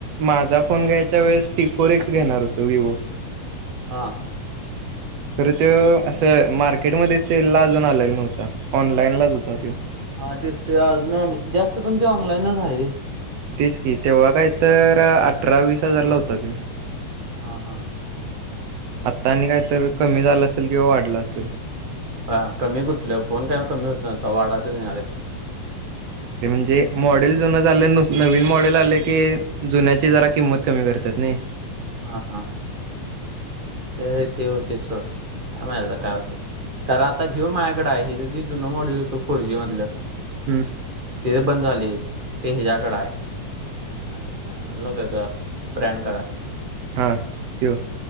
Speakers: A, on the right; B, on the right.
A: माझा फोन घ्यायच्या वेळेस टीफोर एक घेणार होत विवो
B: हा.
A: खरं त असं मार्केटमध्ये सेल ला अजून आलेला नव्हता ऑनलाईन लाच होता तो.
B: हा तेच ते अज ऑन जास्त कोण ते ऑनलाईनच आहे रे.
A: तेच की तेव्हा काय तर अठरा वीस हजारला होत त.
B: हा हा.
A: आत्ता आणि काय तर कमी झालं. किंवा वाढलं असेल
B: हा कमी कुठलं फोन काय कमी होत न्हता वाडा. तज नाहीले.
A: अरे म्हणजे मॉडेल जुनच आले नवीन मॉडेल आले की जुन्याची जरा किंमत कमी करतात नाही.
B: हा हा ते ते होते सर काय माता काय होते कारण आता हि माझ्याकड आहे ज जुन मॉडेल होतं फोरजी मधलं.
A: हम्म.
B: ते बंद झाले ते ह्याच्या्याकड आहे. हा म्हणट नव्हत ब्रँड काढ.
A: हा तो.